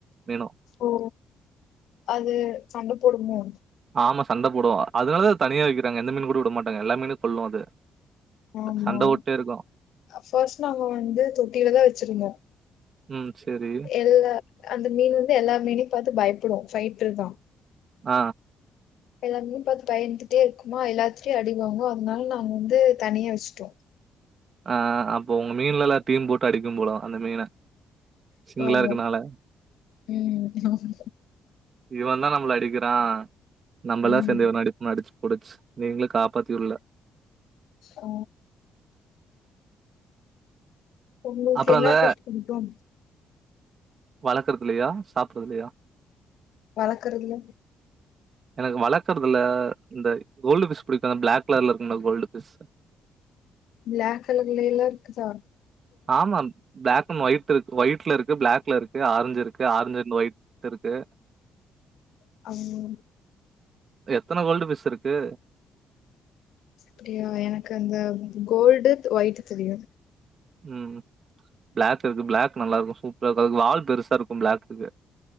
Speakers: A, on the right; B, on the left.
A: மீனும்
B: ஓ அது சண்ட போடுமோ
A: ஆமா சண்ட போடும் அதனால தா அத தனியா வைக்கிறாங்க எந்த மீன் கூட விட மாட்டாங்க எல்லா மீனயையு கொல்லும் அது
B: ஆமா
A: சண்ட போட்டே இருக்கும்
B: ஃபஸ்ட் நாள் நாங்க வந்து தொட்டியிலதா வச்சிருந்தோ
A: ம் சேரி
B: எல்லா அந்த மீன் வந்து எல்லா மீனையும் பாத்து பயப்படும் பைட்டர் தா
A: ஆ
B: எல்லாமீன பாத்து பயத்துட்டே இருக்மா எல்லாத்துட்டையு அடிவாங்கு அதனால நாங்க வந்து தனியா வச்சுட்டோ
A: ஆ அப்ப உங்க மீன் எல்லாதயும் போட்டு அடிக்கும் போல அந்த மீனு சிங்ளா
B: ஆமா
A: இருக்குற நாள
B: ம் ஆமா.
A: இவெ தா நம்மள அடிக்கிறான் நம்மல்லா
B: ம்
A: சேந்து இவன அடிப்போ நடிச்சு புடிச்சு நீங்களு காப்பாத்தி விடல
B: ஆ உங்களுக்கு
A: அப்புறோ
B: என்ன
A: அந்த
B: பிஷ் பிடிக்கு
A: வளர்க்கிறதுல்லயா சாப்புறதுல்லயா
B: வளக்குறதுல
A: எனக்கு வளக்குறதுல இந்த கோல்டு பிஷ் புடிக்கு அந்த பிளாக் கலர்ல இருக்கும்ல கோல்டு பிஷ்
B: பிளாக் கலர்லைலா இருக்கு தா
A: ஆமா பிளாக் அண்ட் ஒயிட் இருக்கு ஒயிட்ல இருக்கு பிளாக்ல இருக்கு ஆரஞ்சு இருக்கு ஆரஞ்சு அண்ட் ஒயிட் இருக்கு
B: <unintelligible>
A: இப்ப எத்தன கோல்டு பிஷ் இருக்கு
B: அப்புடியா எனக்கு அந்த கோல்டு ஒய்ட் தெரியாது
A: ம் பிளாக் இருக்கு பிளாக் நல்லா இருக்கு சூப்பரா இருக்கு அதுக்கு வால் பெருசா இருக்கு பிளாக்குக்கு